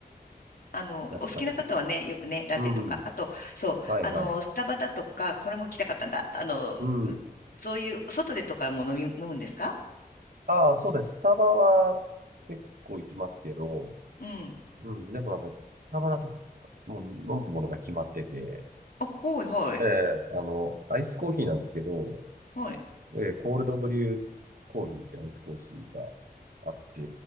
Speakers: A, on the left; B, on the right.
A: あの、お好きな方はね、
B: やっぱり。
A: よくね、ラテとか、
B: うん。
A: あと、そう、
B: はいはい。
A: あの、スタバだとか、これも来たかったんだ。あの、
B: うん。
A: そういう、外でとかも飲み、飲むんですか
B: ああ、そうです。スタバは結構行きますけど、
A: うん。
B: うん、でもなんか、スタバだと、もう飲むものが決まってて、
A: あ、はいはい。
B: ええあの、アイスコーヒーなんですけど、
A: はい、
B: ええコールドブリューコーヒーってアイスコーヒーがあって、